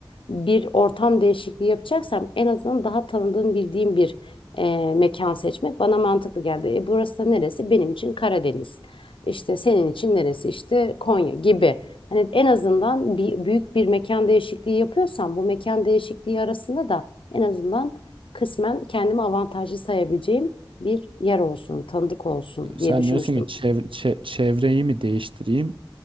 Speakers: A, on the left (about 85°); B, on the right (about 80°).
A: bir ortam değişikliği yapacaksam en azından daha tanıdığım, bildiğim bir e, mekan seçmek bana mantıklı geldi. E, burası da neresi? Benim için Karadeniz. İşte senin için neresi? İşte Konya gibi. Hani en azından bir, büyük bir mekan değişikliği yapıyorsam bu mekan değişikliği arasında da en azından kısmen kendimi avantajlı sayabileceğim bir yer olsun, tanıdık olsun diye
B: Sen
A: düşünmüştüm.
B: diyorsun ki çev- çe- çevreyi mi değiştireyim,